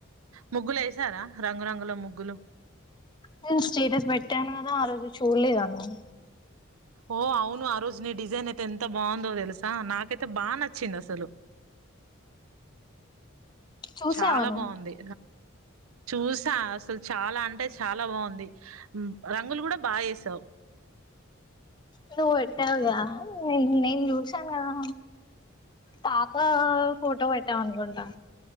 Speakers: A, on the right; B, on the left.
A: ముగ్గులు వేసారా రంగురంగుల ముగ్గులు
B: నేను స్టేటస్ పెట్టాను కా ఆ రోజు చూడలేదా నువ్వు
A: ఓ అవును ఆ రోజు నీ డిజైన్ అయితే ఎంత బాగుందో తెలుసా నాకు అయితే బాగా నచ్చింది అసలు
B: చూసావా
A: చాలా
B: నువ్వు
A: బాగుంది చూసా అసలు చాలా అంటే చాలా బాగుంది రంగులు కూడా బాగా వేసావు
B: నువ్వు పెట్టావుగా నేను చూసాను కదా పాత ఫోటో పెట్టాం అనుకుంటా